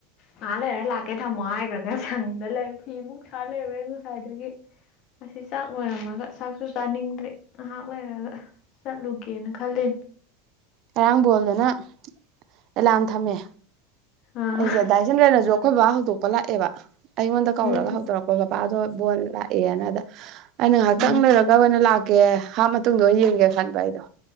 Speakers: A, on the left (about 50°); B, on the right (about 50°).
A: ꯉ ꯂꯩꯔ ꯂꯥꯛꯀꯦ ꯊꯝꯃꯣ ꯍꯥꯏꯈ꯭ꯔꯒ ꯁꯪꯗ ꯂꯩꯔꯦ ꯐꯤ ꯃꯨꯛ ꯁꯥ ꯂꯩꯔꯨꯔꯦ ꯉꯁꯥꯏꯗꯒꯤ ꯑꯁꯤ ꯆꯥꯛ ꯂꯣꯏꯔꯝꯃꯒ ꯆꯥꯛ ꯁꯨ ꯆꯥꯅꯤꯡꯗ꯭ꯔꯦ ꯉꯥꯏꯍꯥꯛ ꯂꯩꯔꯒ ꯆꯠꯂꯨꯒꯦꯅ ꯈꯂꯦ
B: ꯉꯔꯥꯡꯕꯣꯜꯗꯅ ꯑꯦꯂꯥꯝ ꯊꯝꯃꯦ
A: ꯑꯥ
B: ꯑꯩꯁꯦ ꯗꯥꯏꯆꯟꯗ꯭ꯔꯅ ꯌꯣꯛ ꯑꯩꯈꯣꯏ ꯕꯥ ꯍꯧꯗꯣꯛꯄ ꯂꯥꯛꯑꯦꯕ ꯑꯩꯉꯣꯟꯗ ꯀꯧꯔꯒ
A: ꯎꯝ
B: ꯍꯧꯗꯣꯔꯛꯄ ꯕꯕꯥꯗꯣ ꯕꯣꯣꯟ ꯂꯥꯛꯑꯦꯅꯗ ꯑꯩꯅ ꯉꯥꯏꯍꯥꯛꯇꯪ
A: ꯎꯝ
B: ꯂꯩꯣꯏꯔꯒ ꯑꯣꯏꯅ ꯂꯥꯛꯀꯦ ꯍꯥꯞ ꯃꯇꯨꯡꯗ ꯑꯣꯏꯅ ꯌꯦꯡꯒꯦ ꯈꯟꯕ ꯑꯩꯗꯣ